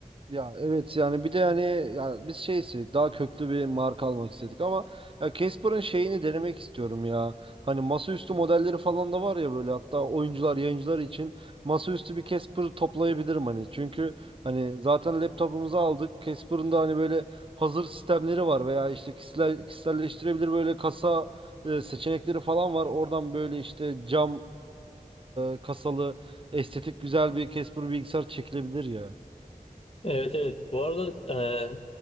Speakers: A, on the right; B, on the left.
A: Ya evet yani bir de yani ya biz şey istedik daha köklü bir marka almak istedik ama ya Casper'ın şeyini denemek istiyorum ya. Hani masaüstü modelleri falan da var ya böyle hatta oyuncular yayıncılar için masaüstü bir Casper toplayabilirim hani. Çünkü hani zaten laptopumuzu aldık. Casper'ın da hani böyle hazır sistemleri var veya işte kişisel, kişiselleştirebilir böyle kasa e, seçenekleri falan var. Oradan böyle işte cam e, kasalı estetik güzel bir Casper bilgisayar çekilebilir ya.
B: Evet evet. Bu arada e,